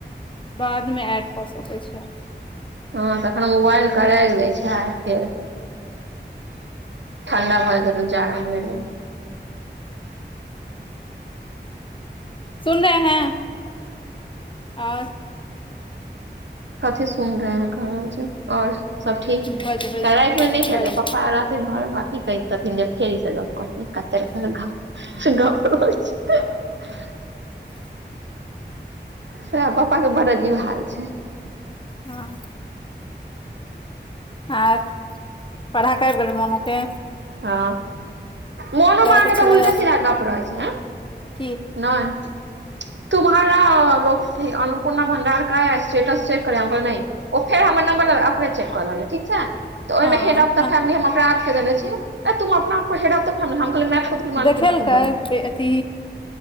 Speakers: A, on the left; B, on the right.
A: बादमे एड कऽ सकैय छीयेै।
B: हँ तखन उबाइलके रैख दैय छैय फेर- ठण्डा भऽ जेतै तऽ जारमे भैर देबै।
A: सुन रहे हैं। और
B: कथी सुइन रहल कैर रहल छैय और? सब ठीक,
A: बजबै
B: कालि राति नै केलियो
A: बज
B: पप्पा रहथिन घर में। की कहैतथिन जे, फेर इ सब गप्प करऽ लागल कते काले सब गप्प - गप्पो होइ छै। सैह पप्पा के बड़ अजीब हाल छैन।
A: हं हट। पढ़ाके आबि गेलहु मोनुके।
B: ह मोनु माँ
A: कि
B: के
A: छलैए
B: तऽ उल्टे सीधा गप रहैय छैय ह।
A: की।
B: नै। तुम्हारा और अनुपूर्णा भण्डार का स्टेटस चेेक करे हम कहलिए नही। ओ फेर हमर नम्बर लऽ कऽ अपने चेक करऽ लगलै ठीक छै। तऽ ओहिमे
A: हँ
B: हेड ऑफ द फैमली हम अपना आप के देने छियै, ए तुम अपना आप को हेडऑफ द फैमिली हम कहलियै मैं खुद की मालकिन
A: देखेलकै
B: खुद हूँ
A: अथी